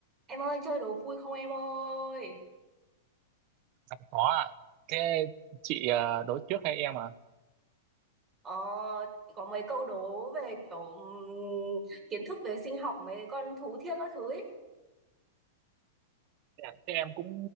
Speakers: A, on the right (about 25°); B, on the right (about 40°).
A: Em ơi chơi đố vui không em ơi?
B: Dạ, có ạ thế chị ờ, đối trước hay em à
A: Ờ, có mấy câu đố về kiểu ừm, kiến thức về sinh học mấy con thú thiết các thứ ấy.
B: Dạ, thế em cũng